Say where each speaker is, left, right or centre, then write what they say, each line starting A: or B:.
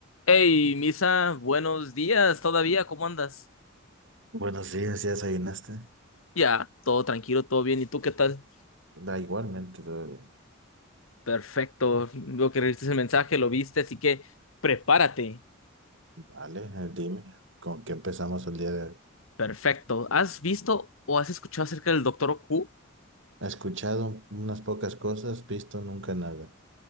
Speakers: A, on the left (about 85°); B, on the right (about 65°).
A: Hey, Misa, buenos días todavía, ¿cómo andas?
B: Buenos días, ¿ya desayunaste?
A: Ya, todo tranquilo, todo bien, ¿y tú qué tal?
B: Da igualmente, todo bien.
A: Perfecto, veo que recibiste el mensaje, lo viste, así que prepárate.
B: Vale, eh, dime, ¿con qué empezamos el día de hoy?
A: Perfecto. ¿Has visto o has escuchado acerca del Doctor Who?
B: He escuchado unas pocas cosas, visto nunca nada.